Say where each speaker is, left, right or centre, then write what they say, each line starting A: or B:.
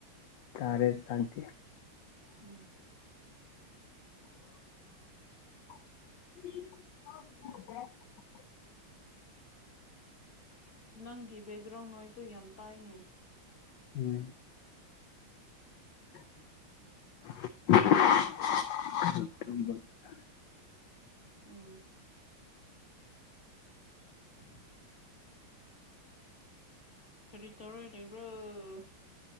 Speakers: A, on the left; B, on the left.
A: ꯇꯔꯦ
B: ꯎꯝ
A: ꯁꯥꯟꯇꯤ
B: ꯎꯝ <inaudible>
A: ꯗꯦ
B: ꯅꯪꯒꯤ ꯕꯦꯛꯒ꯭ꯔꯥꯎꯟ ꯅꯣꯏꯁꯨ ꯌꯥꯝ ꯇꯥꯏꯅꯦ
A: ꯎꯝ <inaudible>
B: ꯎꯝ <inaudible> ꯀꯔꯤ ꯇꯧꯔꯥꯏ ꯂꯩꯕ꯭ꯔ‌ꯣ